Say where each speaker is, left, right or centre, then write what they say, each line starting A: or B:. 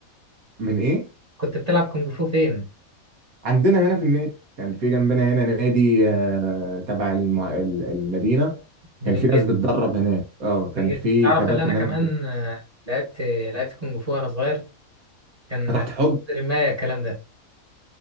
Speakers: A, on the right; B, on the right.
A: من ايه
B: كنت بتلعب كونج فو فين؟
A: عندنا هنا في النادي كان في جنبنا هنا نادي آه، تبع الم- ال- المدينة
B: جميل
A: كان في ناس
B: جدا
A: بتدرب هناك اه كان
B: جميل
A: في
B: جدا تعرف
A: كباتن
B: ان انا كمان
A: هناك
B: آه، لعبت لعبت كونج فو وانا صغير كان
A: فتحت حب
B: رماية الكلام ده